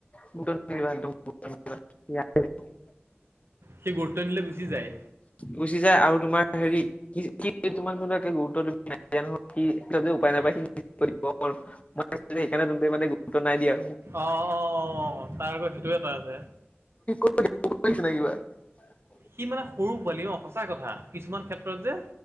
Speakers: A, on the left; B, on the right.
A: <unintelligible> একদম। <unintelligible>
B: সি গুৰুত্ব নিদিলে গুচি যায়
A: গুছি যায়, আৰু তোমাৰ হেৰি কি সি তোমাৰ মানে একে গুৰুত্ব <unintelligible> সি উপায়
B: উম
A: নাপায় সি <unintelligible> দিব। <unintelligible> সেইকাৰণে <unintelligible> মানে গুৰুত্ব নাই দিয়া।
B: অ', অ' অ' তাৰ আকৌ সেইটো এটা আছে।
A: <unintelligible>
B: সি মানে সৰু পোৱালি ন সঁচা কথা কিছুমান ক্ষেত্ৰত যে,